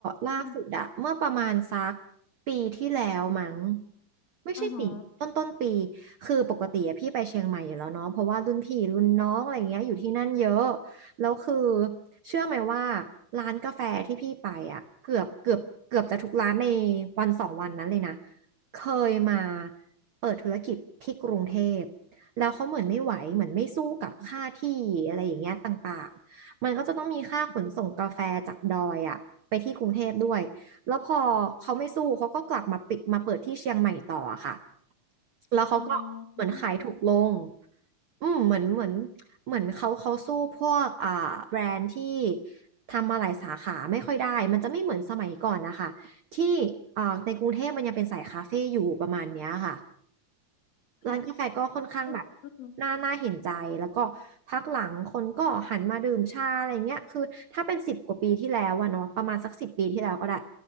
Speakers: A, on the right; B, on the left.
A: ล่าสุดอะเมื่อประมาณสัก
B: ใช่
A: ปีที่แล้วมั้งไม่ใช่สิต้นต้นปี
B: อ๋อฮะ
A: คือปกติอะพี่ไปเชียงใหม่อยู่แล้วเนาะเพราะว่ารุ่นพี่รุ่นน้องอะไรเงี้ยอยู่ที่นั่นเยอะแล้วคือเชื่อไหมว่าร้านกาแฟที่พี่ไปอะเกือบเกือบเกือบจะทุกร้านในวันสองวันนั้นเลยนะเคยมาเปิดธุรกิจที่กรุงเทพ แล้วเขาเหมือนไม่ไหวเหมือนไม่สู้กับค่าที่อะไรอย่างเงี้ยต่างๆมันก็จะต้องมีค่าขนส่งกาแฟจากดอยอะไปที่กรุงเทพด้วยแล้วพอเขาไม่สู้เขาก็กลับมาปิดมาเปิดที่เชียงใหม่ต่ออะค่ะแล้วเขาก็เหมือนขายถูกลง
B: อ๋อ
A: อืมเหมือนเหมือนเหมือนเขาเขาสู้พวกอ่าแบรนด์ที่ทำมาหลายสาขาไม่ค่อยได้มันจะไม่เหมือนสมัยก่อนนะคะที่อ่าในกรุงเทพมันยังเป็นสายคาเฟ่อยู่ประมาณเนี้ยค่ะ
B: ค่ะ
A: ร้านกาแฟก็ค่อนข้างแบบ
B: อืมอืม
A: น่าน่าเห็นใจแล้วก็พักหลังคนก็หันมาดื่มชาอะไรเงี้ยคือถ้าเป็นสิบกว่าปีที่แล้วอะเนาะประมาณสักสิบปีที่แล้วก็ได้